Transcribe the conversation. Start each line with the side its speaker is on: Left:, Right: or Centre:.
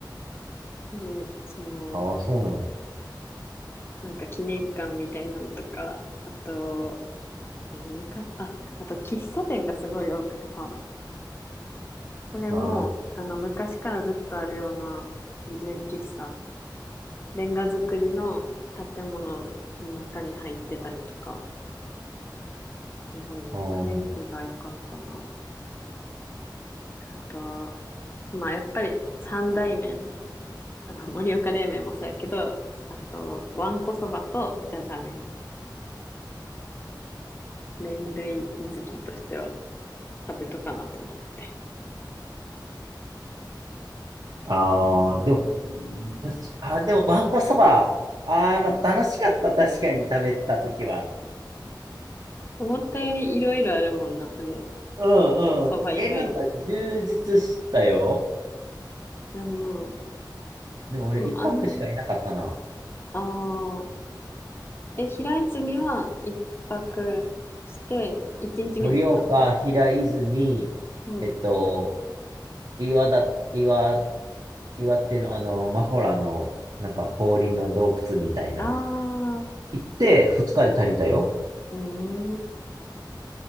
Left: で、その、
Right: ああ、そうなんや。
Left: なんか記念館みたいなのとか、あと、何、昔、あ、あと喫茶店がすごい多くてさ、それも、
Right: あ
Left: あの、昔からずっとあるような純喫茶、レンガ造りの建物の中に入ってたりとか、すごいね、
Right: あ、
Left: 雰囲気が良かったな。あと、まあ、やっぱり三大麺、あの、盛岡冷麺もそうやけど、あと、わんこそばとじゃじゃ麺、麺類好きとしては、食べとかなと思って。
Right: ああー、でも、確かあ、でも、わんこそば、ああ、まあ、楽しかった、確かに食べたときは。
Left: 思ったよりいろいろあるもんな、あれ。
Right: うんうん。
Left: そば以外も。
Right: え、なんか充実したよ。
Left: いや、まあ、
Right: でも俺一泊しかいなかったな。
Left: でも、あん、ああ、え、平泉は一泊して、一日目に行ったん
Right: 盛岡、平泉、
Left: うん。
Right: えっと、岩だ、岩岩手のあの、マホラの、なんか氷の洞窟みたいな。
Left: ああ、う
Right: 行って二日で足りたよ。
Left: ーん、